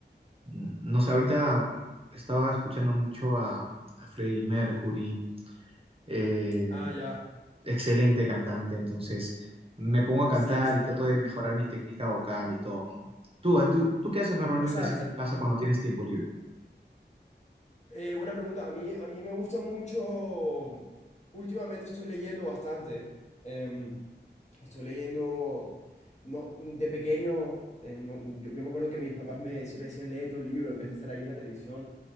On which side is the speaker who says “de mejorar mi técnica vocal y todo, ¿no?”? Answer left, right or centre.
Right